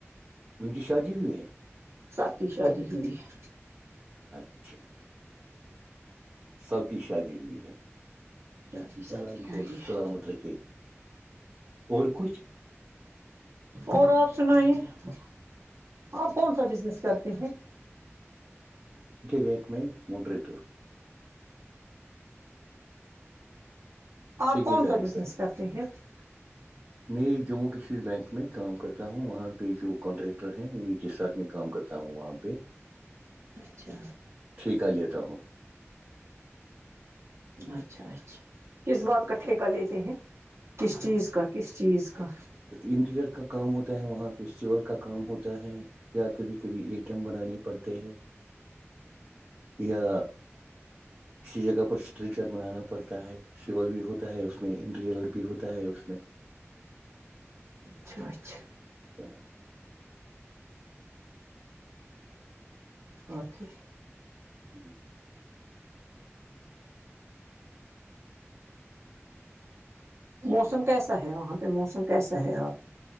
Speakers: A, on the right (about 35°); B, on the right (about 70°).
A: ان کی شادی ہوئی ہیں
B: ساتھی شادی ہوئی ہے
A: اچھا سب کی شادی ہوئی ہے
B: شادی سب
A: اللہ
B: کی
A: کو
B: ہوئی ہے
A: سلامت رکے اور کچھ
B: اور آپ سنائیے آپ کون سا بزنس کرتے ہیں
A: وک میں منٹر
B: آپ
A: ٹھیک
B: کون
A: داری
B: سا بزنس
A: کا تھا
B: کرتے ہیں <inaudible>
A: میں جموں کشمیر بینک میں کام کرتا ہوں وہاں پہ جو کانٹریکٹر ہیں انہیں کے ساتھ میں کام کرتاوں تا ہوں وہاں پہ
B: اچھا <unintelligible>
A: ٹھیک ہے جتا ہوں
B: اچھا اچھا کس بات کا ٹھیکہ لیتے ہیں کس چیز کا کس چیز کا
A: انٹیریر کا کام ہوتا ہے وہاں پہ سول کا کام ہوتا ہے یا کبھی کبھی ای ٹی ایم بنانے پڑتے ہیں یا کسی جگہ پر اسٹرکچر بنانا پڑتا ہے سول بھی ہوتا ہے اس میں انٹیریر بھی ہوتا ہے اس میں
B: اچھا اچھا
A: <inaudible>
B: اورتی
A: جی ج <unintelligible>
B: موسم کیسا ہے وہاں پہ موسم کیسا ہے آپ